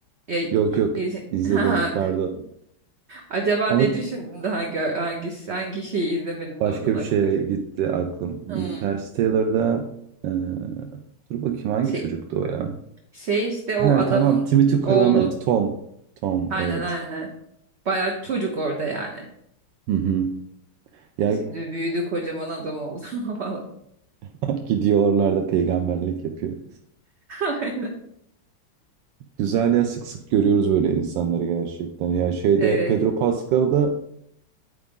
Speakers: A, on the right; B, on the right.
A: Ya,
B: Yok yok
A: i- <laughs>
B: izledim
A: ha,
B: pardon.
A: acaba
B: Ama
A: ne
B: ç-
A: düşündün de hangi hangi hangi şeyi izlemedin
B: başka
A: de oradan
B: bir
A: aklına
B: şeye
A: geldi.
B: gitti aklım.
A: Hmm.
B: Interstellar'da eee, dur bakayım hangi
A: Şey,
B: çocuktu o ya?
A: şey işte o
B: Ha
A: adamın
B: tamam Timothy Chalamet.
A: oğlu.
B: Tom. Tom
A: Aynen
B: evet.
A: aynen. Bayağı çocuk orada yani.
B: Hı hı. Ya
A: Şimdi büyüdü kocaman adam oldu <laughs> falan.
B: <laughs> gidiyor oralarda peygamberlik yapıyor.
A: Aynen.
B: Güzel ya sık sık görüyoruz böyle insanları gerçekten. Ya şeyde
A: Evet.
B: Pedro Pascal'da